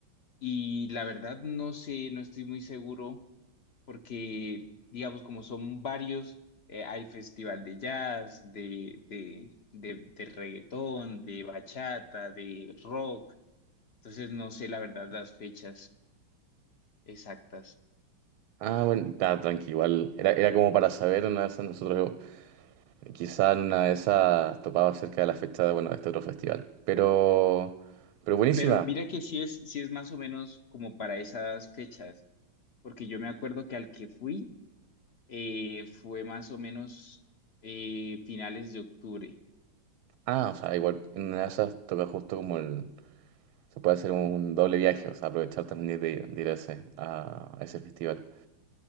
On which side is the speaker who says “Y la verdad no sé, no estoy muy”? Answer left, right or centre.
Left